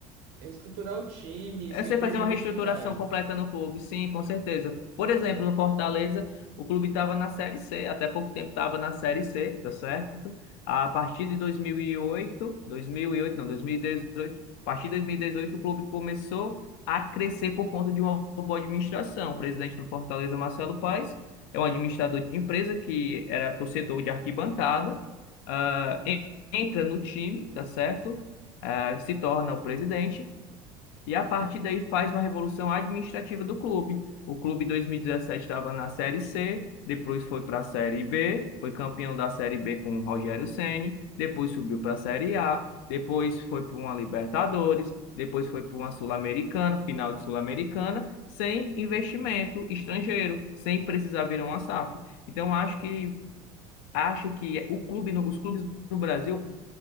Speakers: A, on the right; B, on the left.
A: reestruturar o time
B: É
A: sem
B: você
A: perder
B: fazer uma
A: a identidade.
B: reestruturação completa no clube, sim, com certeza. Por exemplo, no Fortaleza, o clube estava na Série C, até pouco tempo estava na Série C, tá certo? A partir de 2008, 2008, não, 2018, a partir de 2018 o clube começou a crescer por conta de uma boa administração. O presidente do Fortaleza, Marcelo Paes, é um administrador de empresa que era torcedor de arquibancada, ah, en- entra no time, tá certo? Ah, se torna o presidente e a partir daí faz uma revolução administrativa do clube. O clube em 2017 estava na Série C, depois foi para a Série B, foi campeão da Série B com o Rogério Ceni, depois subiu para a Série A, depois foi para uma Libertadores, depois foi para uma Sul-Americana, final de Sul-Americana, sem investimento estrangeiro, sem precisar virar uma SAF. Então acho que acho que o clube, no- os clubes no Brasil